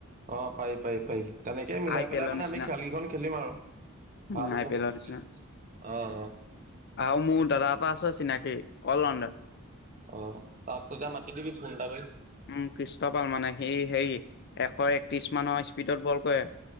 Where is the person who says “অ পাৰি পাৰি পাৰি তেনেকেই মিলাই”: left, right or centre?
Right